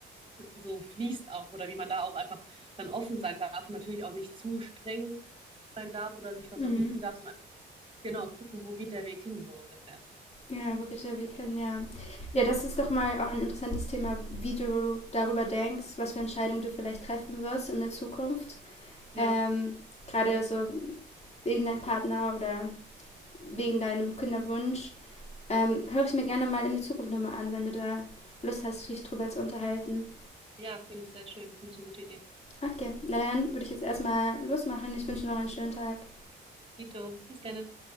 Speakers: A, on the right (about 25°); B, on the left (about 35°).
A: so fließt auch oder wie man da auch einfach dann offen sein darf und natürlich auch nicht zu streng sein darf oder sich was
B: Mhm.
A: verbieten darf, sondern genau gucken, wo geht der Weg hin, so ungefähr.
B: Ja, Brigitte, wir kennen ja. Ja, das ist doch mal auch ein interessantes Thema, wie du darüber denkst, was für Entscheidungen du vielleicht treffen wirst in der Zukunft
A: Ja,
B: ähm, gerade so wegen deinem Partner oder wegen deinem Kinderwunsch, ähm, höre ich mir gerne mal in der Zukunft nochmal an, wenn du da Lust hast, dich drüber zu unterhalten.
A: ja, finde ich sehr schön. Finde ich eine gute Idee.
B: Okay, na dann würde ich jetzt erstmal losmachen. Ich wünsche noch einen schönen Tag.
A: Dito, bis dann.